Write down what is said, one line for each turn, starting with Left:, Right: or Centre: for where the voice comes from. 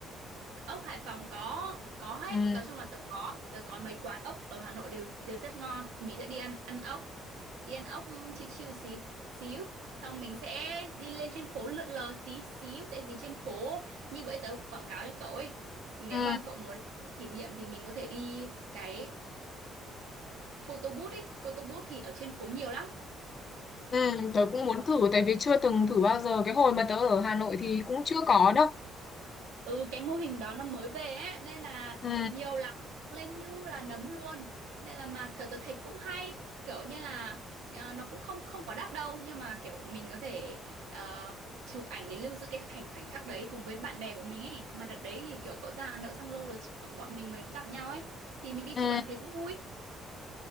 Right: ốc Hải Phòng có có hết
Left: Ừ.
Right: nói chung là tớ có tớ có mấy quán ốc ở Hà Nội đều đều rất ngon thì mình sẽ đi ăn ăn ốc đi ăn ốc chiêu chiêu xí xíu xong mình sẽ đi lên trên phố lượn lờ tí xíu tại vì trên phố như vậy tớ quảng cáo cho cậu ấy nếu
Left: Ừ.
Right: mà cậu muốn giữ kỷ niệm thì mình có thể đi cái photo booth ấy photo booth thì ở trên phố nhiều lắm
Left: Ừ. Tớ cũng muốn thử tại vì chưa từng thử bao giờ. Cái hồi mà tớ ở Hà Nội thì cũng chưa có đâu.
Right: Ừ cái mô hình đó nó mới về ấy nên là
Left: Ừ.
Right: nhiều lắm lên như là nấm luôn nên là mà tớ, tớ thấy cũng hay kiểu như là à, nó cũng không không quá đắt đâu nhưng mà kiểu mình có thể ờ, chụp ảnh để lưu giữ cái khoảnh khoảnh khắc đấy cùng với bạn bè của mình ấy mà đợt đấy thì kiểu cậu già nợ xong lâu rồi chị- bọn mình mới gặp nhau ấy thì mình đi
Left: Ừ.
Right: chụp ảnh thế cũng vui